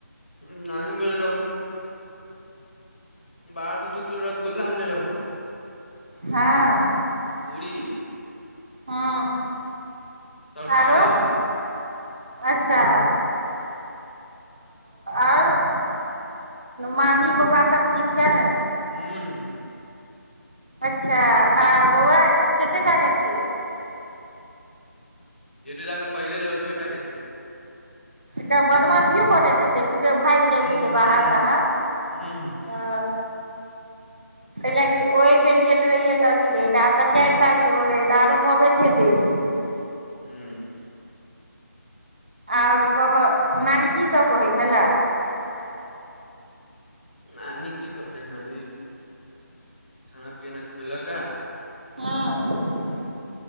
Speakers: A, on the left (about 40°); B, on the right (about 30°).
A: नानी बनेन रहोउ बाहरसँ दु किलो रसगुल्ला गोललाउ रहू
B: हँ
A: ओरी
B: हँ
A: तरकारी
B: आरो अच्छा आओर मामी बौआ सब ठीक छै
A: हुँ
B: अच्छा आ बौआ कतेक टा के छी
A: जतेटाके पहिले रहै ओतबहि टाके छै
B: तऽ बदमाशियो करैत हैतेय गुटे भागि
A: हूं
B: जाइत हेते बाहर
A: हूं
B: ताहर
A: हूं
B: ह कैल की ओहि बेर गेल रहिय तऽ अथी रह त आब तऽ चारि साल के भऽ गेले तऽ आरो भगैत हेते
A: हूं
B: आओर कह नानी कीसभ कहै छलए
A: नानी की कहथिै नानी खाना पीना खुएलक आ
B: हँ